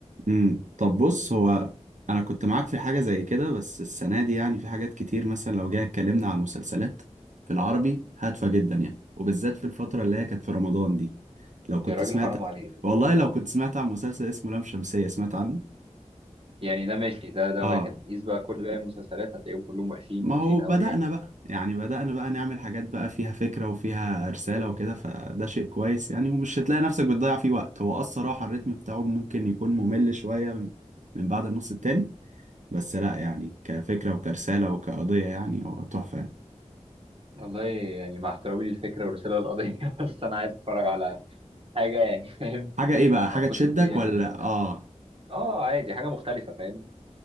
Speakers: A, on the right (about 80°); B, on the right (about 50°).
A: امم طب بص هو انا كنت معاك في حاجه زي كده بس السنه دي يعني في حاجات كتير مثلا لو جينا اتكلمنا على المسلسلات في العربي هادفه جدا يعني وبالذات في الفتره اللي هي كانت في رمضان دي لو كنت
B: يا راجل
A: سمعت
B: حرام عليك
A: والله لو كنت سمعت عن مسلسل اسمه لام شمسيه سمعت عنه
B: يعني ده ماشي ده ده
A: اه
B: واحد قيس بقى كل باقي المسلسلات هتلاقيهم كلهم وحشين
A: ما
B: وحشين
A: هو بدأنا
B: قوي يعني
A: بقى يعني بدأنا بقى نعمل حاجات بقى فيها فكرة وفيها رسالة وكده فده شيء كويس يعني ومش هتلاقي نفسك بتضيع فيه وقت هو اه الصراحة الريتم بتاعه ممكن يكون ممل شوية من من بعد النص التاني بس لا يعني كفكرة وكرسالة وكقضية يعني هو تحفة يعني
B: والله يعني مع احترامي للفكرة والرسالة والقضية <laughs> بس أنا عايز أتفرج على حاجة يعني فاهم
A: حاجة ايه بقى حاجة
B: أتبسط
A: تشدك
B: بيها
A: ولا
B: مش
A: اه
B: آه عادي حاجة مختلفة فاهم